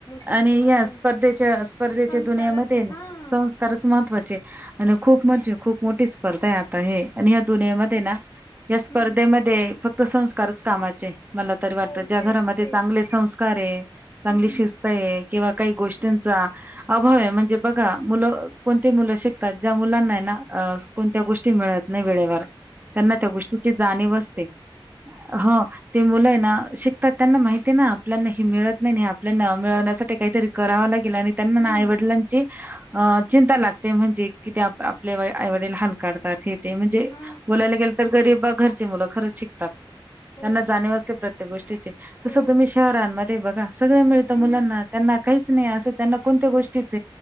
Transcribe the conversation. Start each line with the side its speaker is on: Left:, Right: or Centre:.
Left: शकतो
Right: आणि या
Left: असं.
Right: स्पर्धेच्या स्पर्धेच्या
Left: संस्कारच
Right: दुनियामध्येध्ये
Left: हां.
Right: संस्कारच महत्त् आणि खूप मज खूप मोठी स्पर्धा आहे आता हे आणि ह्या दुनियामध्ये ना या स्पर्धेमध्ये
Left: हं.
Right: फक्त संस्कारच कामाचे मला तरी वाटतं
Left: हो.
Right: ज्या
Left: तेच,
Right: घरामध्ये
Left: तेच.
Right: चांगले संस् अरे, चांगली
Left: हं.
Right: शिस्त आहे. किंवा काही गोष्टीचा अभावये म्हणजे बघा मुलं कोणती मुलं शिकतात ज्या मुलांना हाय ना कोणत्या गोष्टी मिळत नाय वेळेवर त्यांना त्या गोष्टीची जाणीव असते. ह ती मुलं ये ना शिकतात त्यांना माहिती ना आपल्याना ह मिळत नाही आपल्याना मिळण्यासाठी काहीतरी करावं लागे ल आणि त्यांना ना
Left: हं.
Right: आई वडिलांची अ चिंता लागते म्हणजे की ते आप आपले आईवडील हाल काढतात हे ते म्हणजे
Left: हा
Right: बोलायला गेलं तर गरीबा घरचे मुलं खरंच शिकतात. त्यांना
Left: हो
Right: जाणीव असते. प्रत्येक गोष्टीची
Left: हो
Right: तस तुम्ही घरांमध्ये बघा सगळे मिळत
Left: हम्म
Right: मुलांना त्यांना काहीच नाही असं त्यांना कोणत्या गोष्टीच